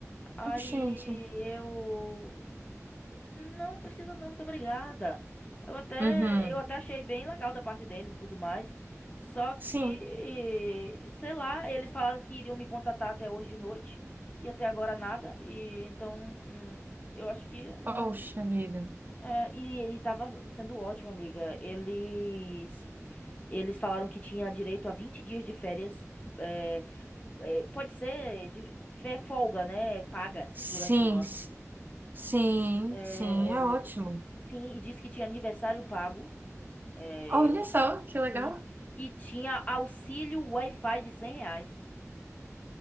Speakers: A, on the left; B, on the right.
A: Aí
B: Gente.
A: eu. Não precisa não, muito obrigada. Eu até,
B: Uhum.
A: eu até achei bem legal da parte deles e tudo mais. Só que,
B: Sim.
A: sei lá, eles falaram que iriam me contatar até hoje de noite e até agora nada. E então, hum, eu acho que não,
B: Poxa
A: não-
B: vida.
A: é, e ele tava sendo ótimo, amiga. Eles eles falaram que tinha direito a 20 dias de férias. é, é, pode ser de, fe- folga, né? Pagas
B: Sim,
A: durante o ano.
B: s- sim,
A: É,
B: sim, é ótimo.
A: sim, e disse que tinha aniversário pago. é,
B: Olha só, que legal.
A: Sim. E tinha auxílio Wi-Fi de 100 reais.